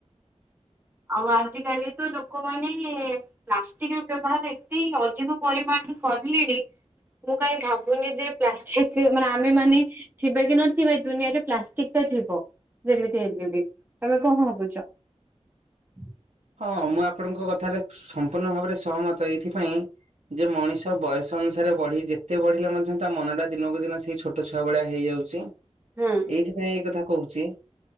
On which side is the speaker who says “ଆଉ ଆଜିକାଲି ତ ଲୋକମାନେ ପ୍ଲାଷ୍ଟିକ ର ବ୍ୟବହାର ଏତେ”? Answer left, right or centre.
Right